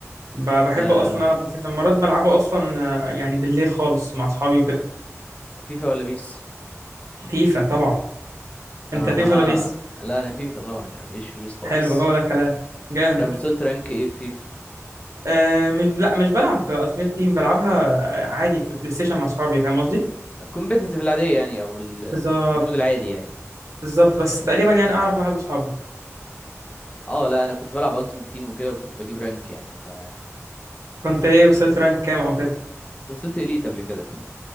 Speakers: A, on the right; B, on the left.
A: ب- بحب
B: آه
A: اصلا العب بلاي ستيشن مرات بلعبه اصلا آه، يعني بالليل خالص مع اصحابي وكده
B: فيفا ولا بيس
A: فيفا طبعا
B: اها
A: انت فيفا ولا بيس
B: لا انا فيفا طبعا يعني ايش في بيس خالص
A: حلو هو ده الكلام جامد
B: لا وصلت رانك ايه في فيفا
A: آه مش لا مش بلعب التيمت تيم بلعبها عادي في بلاي ستيشن مع اصحابي فاهم قصدي
B: الكومبيتيتيف العاديه يعني او ال- ال-
A: بالظبط
B: المود العادي يعني
A: بالظبط بس تقريبا يعني اعرف واحد من اصحابي
B: اه لا انا كنت بلعب التيمت تيم وكده وكنت بجيب رانك يعني ف
A: كنت ايه وصلت رانك كام او كده
B: كنت وصلت اليت قبل كده